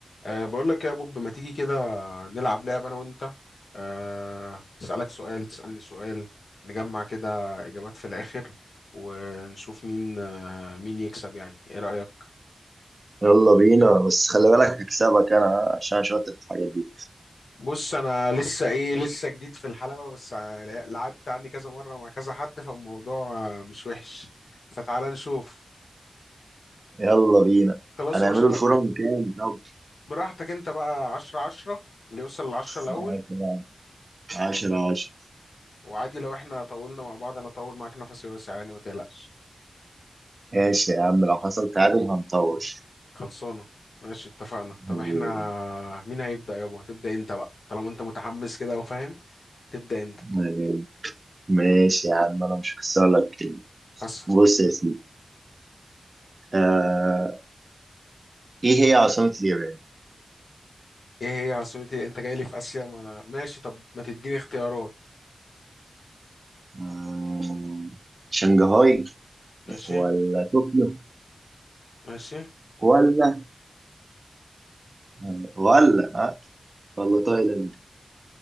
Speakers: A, on the left; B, on the right.
A: أه بقول لك يا بوب ما تيجي كده نلعب لعبة أنا وأنت أه أسألك سؤال تسألني سؤال نجمع كده إجابات في الآخر ونشوف مين آه، مين يكسب يعني إيه رأيك؟
B: يلا بينا بس خلي بالك هكسبك انا عشان شاطر في الحاجات دي
A: بص أنا لسه إيه لسه جديد في الحلبة بس آه، لعبت عني كذا مرة مع كذا حد فالموضوع آه، مش وحش فتعال نشوف
B: يلا بينا
A: خلاص
B: هنعمله
A: يا باشا ط-
B: الفورم كام طب
A: براحتك أنت بقى عشرة عشرة اللي يوصل لعشرة الأول
B: 10 10 10
A: وعادي لو إحنا طولنا مع بعض أنا أطول معاك نفسي واسع يعني ما تقلقش
B: ماشي يا عم لو حصل تعادل هنطور
A: خلصانة ماشي اتفقنا طب
B: م-
A: احنا مين هيبدأ يابا هتبدأ انت بقى طالما انت متحمس كده وفاهم تبدأ انت
B: <laughs> ماشي يا عم انا مش هكسر لك كلمة.
A: حس
B: بص يا سيدي آه ايه هي عاصمة اليابان؟
A: ايه هي عاصمة ايه؟ انت جاي لي في آسيا ما أنا- ماشي طب ما تديني اختيارات
B: آه شنغهاي
A: ماشي
B: ولا طوكيو
A: ماشي
B: ولا آه، ولا آه ولا تايلاند